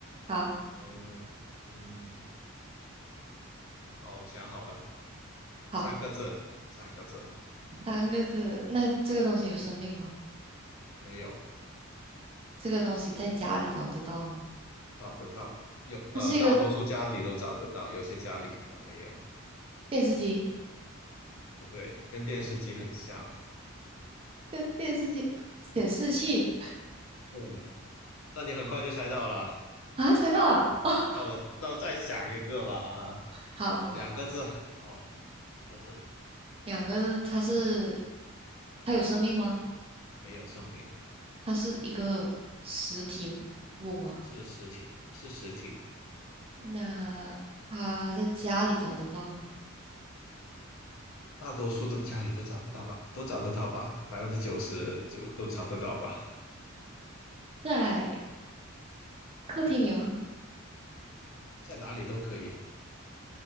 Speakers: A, on the right; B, on the left.
A: 好
B: 嗯嗯，好，我想好了，三个字，
A: 好，
B: 三个字，
A: 三个字。那这个东西有生命吗？
B: 没有，
A: 这个东西在家里找得到吗？
B: 找得到，有，呃，
A: 它是一个
B: 大多数家里都找得到，有些家里可能没有。
A: 电视机，
B: 不对，跟电视机很像。
A: 电电视机显示器
B: 嗯，那你很快就猜到了。
A: 啊，猜到了。<laughs>
B: 那我那我再想一个吧啊，
A: 好，
B: 呃，两个字，好，两个字，
A: 两个字，它是它有生命吗？
B: 没有生命，
A: 它是一个实体物吗？
B: 是实体，是实体。
A: 那他在家里找得到吗？
B: 大多数都家里都找得到吧，都找得到吧，百分之九十九都找得到吧，
A: 在客厅里吗？
B: 在哪里都可以。